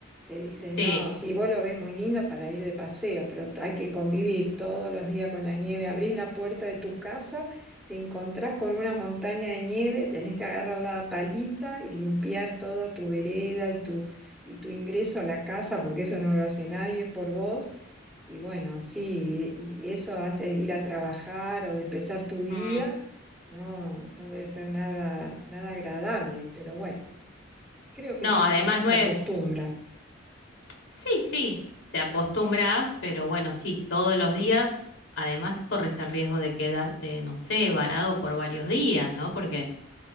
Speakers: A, in the centre; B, on the left (about 70°).
A: Te dicen,
B: Sí.
A: no, sí, vos lo ves muy lindo para ir de paseo, pero hay que convivir todos los días con la nieve. Abrís la puerta de tu casa, te encontrás con una montaña de nieve, tenés que agarrar la palita y limpiar toda tu vereda y tu, y tu ingreso a la casa, porque eso no lo hace nadie por vos. Y bueno, sí, y y eso antes de ir a trabajar o de empezar tu día,
B: Mm,
A: no, no debe ser nada, nada agradable, pero bueno, creo que
B: no,
A: el ser
B: además
A: humano
B: no
A: se
B: es.
A: acostumbra.
B: Sí, sí, te acostumbras, pero bueno, sí, todos los días. Además, corres el riesgo de quedarte, no sé, varado por varios días, ¿no? Porque